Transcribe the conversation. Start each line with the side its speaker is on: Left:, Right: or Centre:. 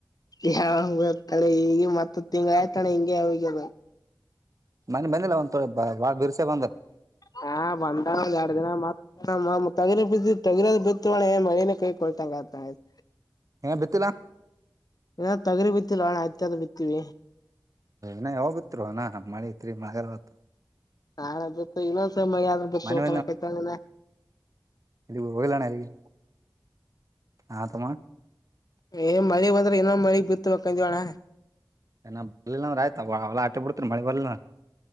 Left: ಯಾವ ಗರ್ತಾಳೆ ಈಗ ಮತ್ತತ್ ತಿಂಗ್ಳ ಆಯ್ತಾಳೆ ಹಿಂಗೆ ಹೋಗ್ಯದ
Right: ಮನೆ ಬಂದಿಲ್ಲ ಒಂದ್ಥಡೆ ಬಾ ಬಿರ್ಸೆ ಬಂದತ್
Left: ಹಾ ಬಂದ ಒಂದ್ ಎರಡ್ ದಿನ ಮತ್ ಹ ತಗಿದ್ದ ತಗಿರೋದ ಬಿತ್ತಳೆ ಮರಿನ ಕೈ ಕೊಳ್ತಂಗ ಆ ಆಯ್ತ
Right: ಏ ಬಿತಿಲ್ಲಾ
Left: ಏ ತಗರಿ ಬಿತ್ತಿಲ್ಲ ನಣ ಆಯ್ ಅ ಬಿತ್ತೀವಿ
Right: ನ ಹೋಗತ್ರು ಅನಾ ಮಳತ್ರಿ ಮಳಗಲ್ವತ್ತ
Left: ನಾಳೆ ಬತ್ತು ಇನ್ನೊಂದ್ಸಾದ್ ಬ
Right: ಮನ್ನಿ
Left: ಹತಣ ಕೈತನ
Right: ಇಲ್ಲಿ ಗೋಗಲಣ ಅಲ್ಲಿಗೆ ಹಾ ತಮ್ಮ
Left: ಏ ಮಳಿ ಬಂದ್ರೆ ಏನೋ ಮಳಗ್ ಬಿತ್ತತ ಕಂದಂತವಣ್ಣ
Right: ಏ ಬರ್ಲ್ಲ ಅಂದ್ರ ಆಯತ ಅವಳ ಆ ಬಿಡ್ತೀ ಮಿ ಬಲಿಲ್ಲ